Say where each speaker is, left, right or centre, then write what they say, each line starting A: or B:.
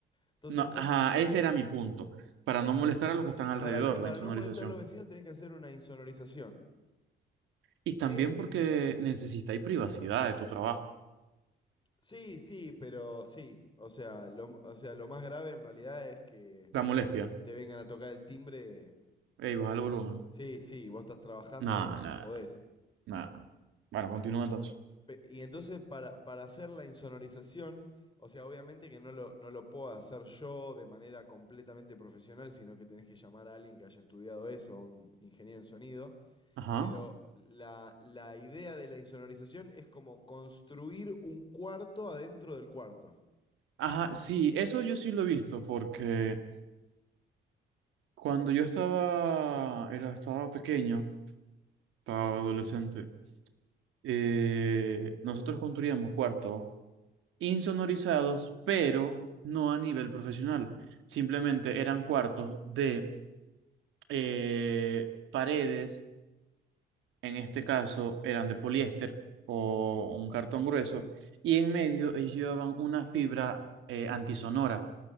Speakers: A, on the left; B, on the right.
A: Entonces
B: No,
A: vos,
B: ajá, ese era mi punto. Para no molestar a los que están alrededor,
A: para, lo-
B: la
A: para
B: insonorización.
A: no molestar a los vecinos, tenés que hacer una insonorización.
B: Y también
A: Que
B: porque necesitáis privacidad de tu trabajo.
A: Sí, sí, pero sí. O sea, lo, o sea, lo más grave en realidad es que
B: La molestia.
A: te vengan a tocar el timbre.
B: Ey, baja el volumen.
A: Sí, sí, vos estás trabajando
B: Nada,
A: y
B: nada,
A: no podés.
B: nada. Bueno, continúa entonces.
A: Pe- Y entonces para, para hacer la insonorización, o sea, obviamente que no lo, no lo puedo hacer yo de manera completamente profesional, sino que tenés que llamar a alguien que haya estudiado eso, a un ingeniero en sonido.
B: Ajá.
A: Pero la, la idea de la insonorización es como construir un cuarto adentro del cuarto.
B: Ajá, sí, eso yo sí lo he visto porque cuando yo estaba, era, estaba pequeño, estaba adolescente, eh, nosotros construíamos cuartos insonorizados, pero no a nivel profesional. Simplemente eran cuartos de eh, paredes, en este caso eran de poliéster o un cartón grueso, y en medio ellos llevaban una fibra eh, antisonora.